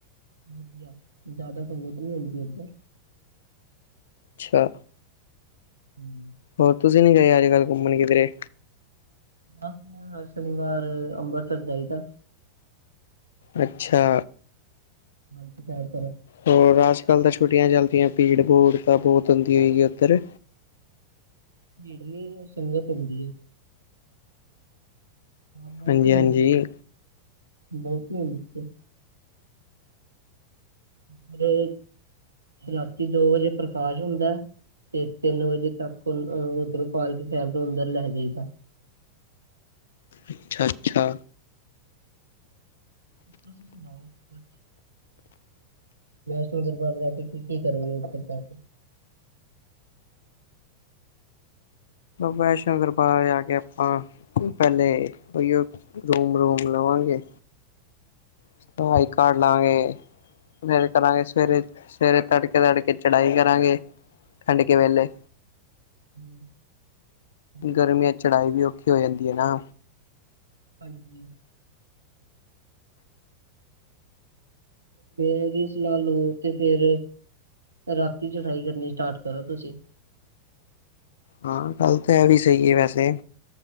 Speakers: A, on the right; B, on the left.
A: ਵਧੀਆ, ਜਿਆਦਾ ਸੰਗਤ ਨੀ ਹੁੰਦੀ ਏਧਰ।
B: ਅੱਛਾ।
A: ਹਮ।
B: ਹੋਰ ਤੁਸੀਂ ਨਹੀ ਗਏ ਅੱਜ ਕੱਲ੍ਹ ਘੁੰਮਣ ਕਿਧਰੇ?
A: ਬਸ ਮੈਂ ਹਰ ਸ਼ਨੀਵਾਰ ਅੰਬਰਸਰ ਜਾਈਦਾ।
B: ਅੱਛਾ।
A: ਹਾਂ <unintelligible>
B: ਹੋਰ ਅੱਜ ਕੱਲ ਤਾਂ ਛੁੱਟੀਆਂ ਚੱਲਦੀਆਂ ਭੀੜ ਭੂੜ ਤਾਂ ਬਹੁਤ ਤ ਓਂਦੀ ਹੋਏਗੀ ਉੱਧਰ।
A: ਜੇੜਨੀ <unintelligible> ਸੰਗਤ ਹੁੰਦੀ ਏ। ਹਾਂ ਬਹੁਤੀ
B: ਹਾਂਜੀ ਹਾਂਜੀ
A: ਓਂਦੀ ਏ। ਬਹੁਤੀ ਹੁੰਦੀ ਏ। <unintelligible> ਕਿ ਦੋ ਵਜੇ ਪ੍ਰਕਾਸ਼ ਹੁੰਦਾ। ਤੇ ਤਿੰਨ ਵਜੇ ਤੱਕ ਉਨ ਅ ਉੱਧਰੋਂ ਪਾਲਕੀ ਸਾਹਿਬ ਨੂੰ ਅੰਦਰ ਲੈ ਜਾਈਦਾ।
B: ਅੱਛਾ ਅੱਛਾ।
A: ਤੁਸੀਂ ਸੁਣਾਓ ਕੁਛ ਵੈਸ਼ਨੋ ਦਰਬਾਰ ਜਾ ਕੇ ਤੁਸੀ ਕੀ ਕਰੋਗੇ ਉਧਰ ਜਾ ਕੇ।
B: ਵੈਸ਼ਨੋ ਦਰਬਾਰ ਜਾ ਕੇ ਅਪਾਂ ਪੈਲੇ ਉਹੀਓ ਰੂਮ ਰੂਮ ਲਵਾਂਗੇ, ਸਵਾਈ ਕਾਰਡ ਲਾਂਗੇ ਫੇਰ ਕਰਾਂਗੇ ਸਵੇਰੇ ਸਵੇਰੇ ਤੜਕੇ ਤੜਕੇ ਚੜਾਈ ਕਰਾਂਗੇ ਠੰਡ ਕੇ ਵੇਲੇ।
A: ਹੂੰ, ਹਾਂਜੀ
B: ਗਰਮੀਆਂ ਚ ਚੜਾਈ ਵੀ ਔਖੀ ਓ ਜਾਂਦੀ ਏ ਨਾ।
A: ਹਾਂਜੀ। ਫੇਰ ਲ ਲੋ ਤੇ ਫੇਰ ਰਾਤੀ ਚੜਾਈ ਕਰਨੀ ਸਟਾਰਟ ਕਰੋ ਤੁਸੀਂ।
B: ਹਾਂ ਗੱਲ ਤਾਂ ਐਵੀ ਸਹੀ ਏ ਵੈਸੇ।